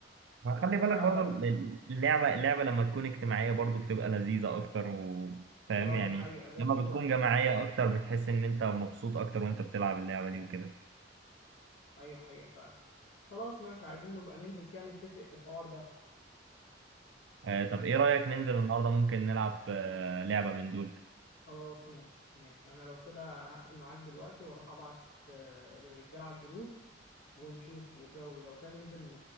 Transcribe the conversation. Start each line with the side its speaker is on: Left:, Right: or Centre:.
Right: ما
Left: انا
Right: خلي
Left: بحب
Right: بالك
Left: العب
Right: برضو
Left: بدل
Right: ال- ال- اللعبه اللعبه لما تكون اجتماعيه برضو بتبقى لذيذه اكتر وفاهم
Left: اه
Right: يعني
Left: دي حقيقة زي
Right: لما
Left: الكورة
Right: بتكون
Left: كده
Right: جماعيه اكتر بتحس ان انت مبسوط اكتر وانت بتلعب اللعبه دي وكده
Left: ايوه حقيقة فعلا خلاص ماشي عايزين نبقى ننزل كده نتفق في الحوار ده
Right: آه طب ايه رايك ننزل النهارده ممكن نلعب آه لعبه من دول
Left: خلاص ماشي ماشي انا لو كده هقفل معاك دلوقتي واروح ابعت آه، للرجالة على الجروب ونشوف وك- ولو كان ننزل ن-